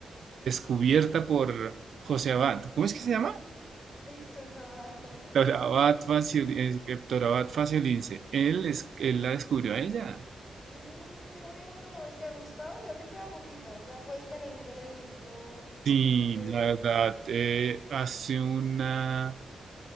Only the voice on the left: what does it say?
Mm,
Héctor Abad. <laughs>
Mmm, qué bueno. ¿Y te ha gustado? Ya te queda poquito. Ya puedes tener un veredicto
de...